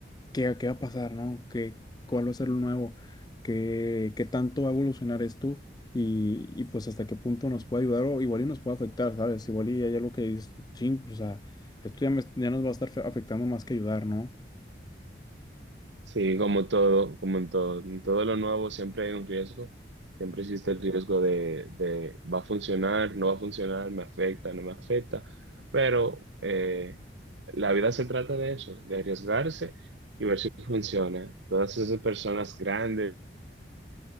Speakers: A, on the left; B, on the right.
A: ¿Qué, qué va a pasar, no? ¿Qué, cuál va a ser lo nuevo? ¿Qué, qué tanto va a evolucionar esto? Y, y pues hasta qué punto nos puede ayudar o igual y nos puede afectar, ¿sabes? Igual y hay algo que dices, ching, o sea, esto ya, me- ya nos va a estar fe- afectando más que ayudar, ¿no?
B: Sí, como todo, como en todo, en todo lo nuevo siempre hay un riesgo, siempre existe el riesgo de, de va a funcionar, no va a funcionar, me afecta, no me afecta, pero eh, la vida se trata de eso, de arriesgarse y ver si funciona. Todas esas personas grandes